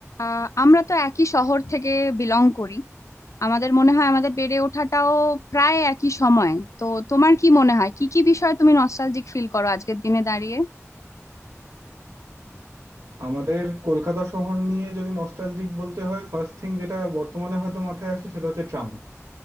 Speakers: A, on the left; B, on the right.
A: আহ আমরা তো একই শহর থেকে বিলং করি আমাদের মনে হয় আমাদের বেড়ে ওঠাটাও প্রায় একই সময় তো তোমার কি মনে হয় কি কি বিষয়ে তুমি নস্টালজিক ফিল করো আজকের দিনে দাঁড়িয়ে
B: আমাদের কলকাতা শহর নিয়ে যদি নস্টালজিক বলতে হয় ফার্স্ট থিং যেটা বর্তমানে হয়তো মাথায় আসে সেটা হচ্ছে ট্রাম